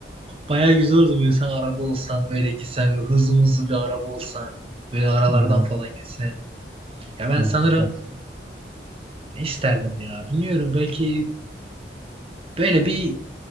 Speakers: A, on the right; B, in the centre.
A: Bayağı güzel olurdu böyle sen araba olsan. Böyle gitsen böyle hızlı hızlı bir araba olsan. Böyle aralardan
B: Yani,
A: falan gitsen. Ya ben
B: evet,
A: sanırım
B: süper süper.
A: Ne isterdim ya? Bilmiyorum. Belki böyle bir